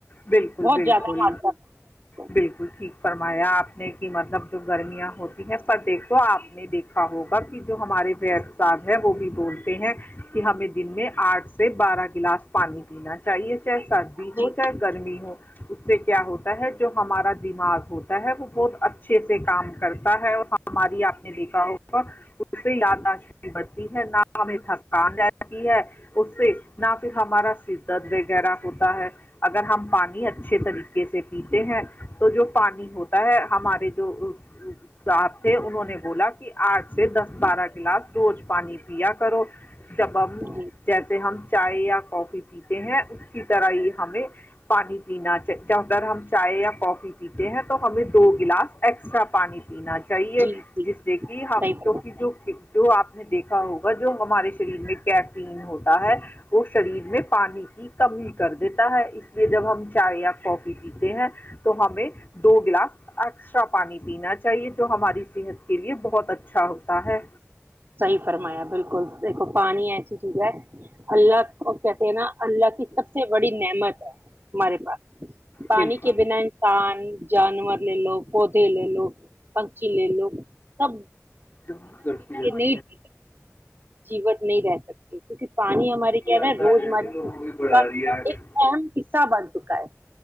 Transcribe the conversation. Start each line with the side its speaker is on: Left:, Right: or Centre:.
Left: بالکل
Right: بہت
Left: بالکل
Right: زیادہ ماترا میں
Left: بالکل ٹھیک فرمایا آپ نے کہ مطلب جو گرمیاں ہوتی ہیں پر دیکھو آپ نے دیکھ کھا ہوگا کہ جو ہمارے وید صاحب ہے وہ بھی بولتے ہیں کہ ہمیں دن میں آٹھ سے بارہ گلاس پانی پینا چاہیے چاہے سردی ہو
Right: جی
Left: چاہے گرمی ہو اس سے کیا ہوتا ہے جو ہمارا دماغ ہوتا ہے وہ بہت اچھے سے کام کرتا ہے اور ہماری آپ نے دیکھا ہوگا اس پہ یادداشت بھی بڑھتی ہے نہ ہمیں تھکان رہتی ہے اس سے نہ پھر ہمارا سر درد وغیرہ ہوتا ہے اگر ہم پانی اچھا اچھے طریقے سے پیتے ہیں تو جو پانی ہوتا ہے ہمارے جو صاحب تھے انہوں نے بولا کہ آٹھ سے دس بارہ گلاس روز پانی پیا کرو جب ہم
Right: جی
Left: جیسے ہم چائے یا کافی پیتے ہیں اس کی طرح ہی ہمیں پانی پینا جہ تر ہم چائے یا کافی پی پتے ہیں تو ہمیں دو گلاس ایکسٹرا پانی پینا چاہیے
Right: جی جی
Left: جس سے کہ
Right: صحیح
Left: ہفتوں
Right: فرما
Left: کی جو جو آپ نے دیکھا ہوگا جو ہمارے شریر میں کیفین ہوتا ہے کو شریر میں پانی کی کمی کر دیتا ہے اس لیے جب ہم چائے یا کافی پیتے ہیں تو ہمیں دو گلاس ایکسٹرا پانی پینا چاہیے جو ہماری صحت کے لیے بہت اچھا ہوتا ہے
Right: صحیح فرمایا بالکل دیکھو پانی ایسی چیز ہے اللہ کو کہتے ہیں نا اللہ کی سب سے بڑی نعمت ہے ہمارے پاس پانی
Left: بالکل
Right: کے بنا انسان جانور لے لو پودے لے لو پکشی لے لو سب
Left: <inaudible>
Right: ایک جی جیوت نہیں رہ سکتے کیونکہ پانی ہماری
Left: جی
Right: کیا
Left: آتا
Right: نا روز
Left: ہے
Right: ہماری
Left: بھی لوگوں کی بڑھا
Right: کا
Left: رہی ہے
Right: ایک اہم حصہ بن چکا ہے